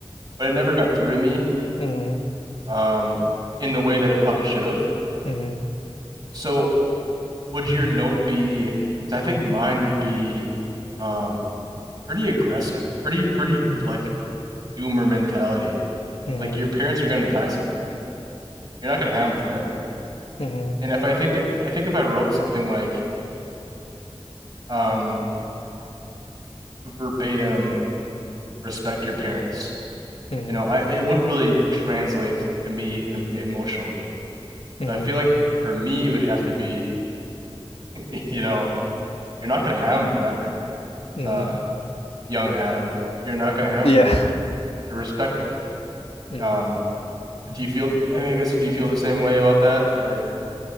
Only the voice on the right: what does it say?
But it never got through to me,
um, in the way that it probably should have.
So would your note be, 'cause I think mine would be um pretty aggressive, pretty, pretty like doomer mentality.
Like your parents are gonna die someday. You're not gonna have them forever.
And if I think I think if I wrote something like um verbatim, respect your parents,
you know, I it wouldn't really translate to me em- emotionally.
I feel like for me, it would have to be, <laughs> you know, you're not gonna have him forever,
uh, young Adam. You're not gonna have
him forever. So respect him.
Um, do you feel? I mean, I guess do you feel the same way about that, or